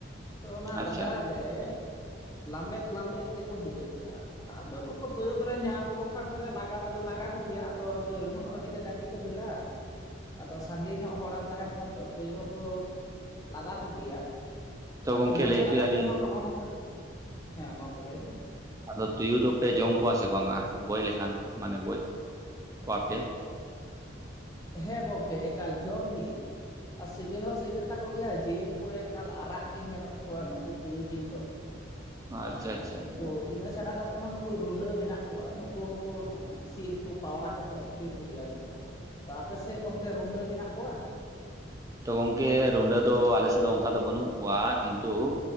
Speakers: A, on the left; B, on the right.
A: ᱛᱚ ᱚᱱᱟ ᱜᱟᱡᱟᱲ
B: ᱟᱪᱪᱷᱟ
A: ᱨᱮ ᱞᱟᱢᱵᱮᱫ ᱞᱟᱵᱮᱫ ᱛᱮᱠᱚ ᱦᱤᱡᱩᱜ ᱜᱤᱭᱟ᱾ ᱟᱫᱚ ᱱᱩᱠᱩ ᱛᱩᱭᱩ ᱫᱚᱞᱮ ᱧᱟᱢ ᱞᱮᱠᱚ ᱠᱷᱟᱱ ᱫᱚᱞᱮ ᱞᱟᱜᱟ ᱫᱚᱞᱮ ᱞᱟᱜᱟ ᱠᱚᱜᱮᱭᱟ ᱟᱫᱚ ᱫᱟᱹᱲ ᱦᱚᱸ ᱟᱹᱰᱤ ᱠᱟᱡᱟᱠ ᱜᱮ ᱜᱮᱠᱚ ᱫᱟᱹᱲᱟ ᱟᱫᱚ ᱥᱟᱸᱜᱤ ᱧᱚᱜ ᱦᱚᱲᱮᱢ ᱛᱟᱦᱮᱸᱱ ᱠᱷᱟᱱ ᱫᱚ ᱛᱩᱭᱩ ᱦᱚᱸᱠᱚ ᱞᱟᱜᱟ ᱠᱚᱜᱮᱭᱟ᱾
B: ᱛᱚ
A: ᱟᱨ
B: ᱜᱚᱝᱠᱮ
A: ᱤᱱᱟᱹ
B: ᱞᱟᱹᱭ
A: ᱪᱷᱟᱲᱟ
B: ᱦᱚᱪᱚᱭᱟᱞᱤᱧ
A: ᱠᱟᱛᱮ ᱦᱚᱸ ᱱᱚᱜᱼᱚ ᱱᱚᱝᱠᱟ ᱦᱮᱸ ᱜᱚᱝᱠᱮ ᱞᱟᱹᱭ ᱢᱮ᱾
B: ᱟᱫᱚ ᱛᱩᱭᱩ ᱫᱚᱯᱮ ᱡᱚᱢ ᱠᱚᱣᱟ ᱥᱮ ᱵᱟᱝᱟ? ᱜᱚᱡ ᱞᱮᱠᱷᱟᱱ ᱠᱚ ᱢᱟᱱᱮ ᱜᱚᱡ ᱠᱚᱣᱟ ᱯᱮ
A: ᱦᱮᱸ ᱜᱚᱝᱠᱮ ᱮᱠᱟᱞ ᱡᱚᱢ ᱜᱤ᱾ ᱟᱨ ᱥᱤᱵᱤᱞ ᱦᱚᱸ ᱥᱤᱵᱤᱞ ᱛᱟᱠᱚ ᱜᱮᱭᱟ ᱡᱤᱞ ᱠᱚ ᱮᱠᱟᱞ ᱟᱨᱟᱜ ᱜᱮ ᱧᱮᱞᱚᱜ ᱛᱟᱠᱚᱣᱟ ᱱᱩᱠᱩ ᱛᱩᱭᱩ ᱡᱤᱞ ᱫᱚ᱾
B: ᱟᱪᱪᱷᱟ
A: ᱟᱨ
B: ᱟᱪᱪᱷᱟ
A: ᱱᱩᱠᱩ
B: ᱟᱪᱪᱷᱟ
A: ᱤᱱᱟᱹ ᱪᱷᱟᱲᱟ ᱠᱟ ᱛᱮ ᱦᱚᱸ ᱱᱩᱠᱩ ᱨᱩᱰᱟᱹ ᱢᱮᱱᱟᱜ ᱠᱚᱣᱟ ᱱᱩᱠᱩ ᱦᱚᱸᱠᱚ ᱥᱤᱢ ᱠᱚ ᱯᱟᱣᱨᱟ ᱠᱚᱠᱚ ᱟᱹᱛᱠᱤᱨ ᱠᱚᱜᱮᱭᱟ ᱜᱚᱢᱠᱮ᱾ ᱛᱚ ᱟᱯᱮᱥᱮᱫ ᱜᱚᱝᱠᱮ ᱨᱩᱰᱟᱹ ᱢᱮᱱᱟᱜ ᱠᱚᱣᱟ?
B: ᱛᱚ ᱜᱚᱢᱠᱮ ᱨᱩᱰᱟᱹ ᱫᱚ ᱟᱞᱮ ᱥᱮᱫ ᱫᱚ ᱚᱝᱠᱟ ᱫᱚ ᱵᱟᱹᱱᱩᱜ ᱠᱚᱣᱟ, ᱠᱤᱱᱛᱩ